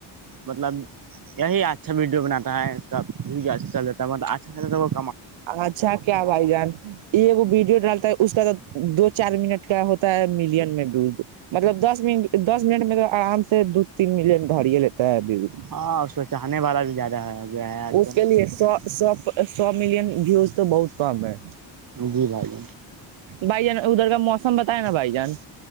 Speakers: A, on the right; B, on the right.
A: مطلب یہی اچھا ویڈیو بناا اس کا بھی اھا چل جتا ہے مل اچھا خا
B: اچھا کیا بائی جان یہ ایکگ ویڈیو ڈالتا ہے اس کا تو دو چار منٹ کا ہوتا ہے ملین میں ڈ مطلب دس م دس منٹ میں تو آرام سے دو تین ملین دھاڑیا لیتا ہے ابھی
A: ہاں اس کو چاہنے والا بھی زیادہ ہو گیا ہے آج
B: اس
A: کل
B: کے لیے سا سو سو ملن جی اس تو بہت کم ہے
A: جی بھائی
B: بھائی جان ادھر کا موسم بتائے نا بھائی جان